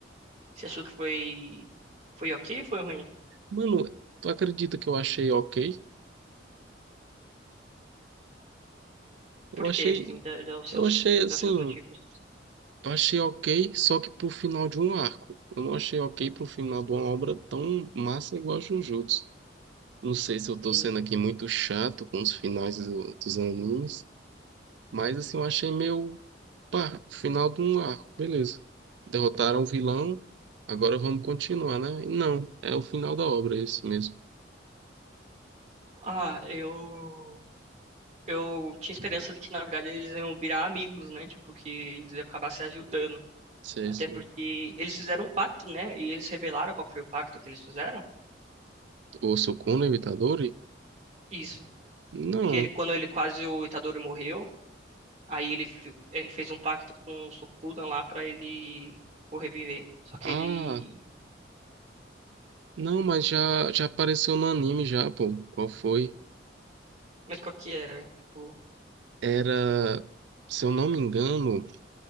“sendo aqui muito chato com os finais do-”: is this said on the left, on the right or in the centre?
Right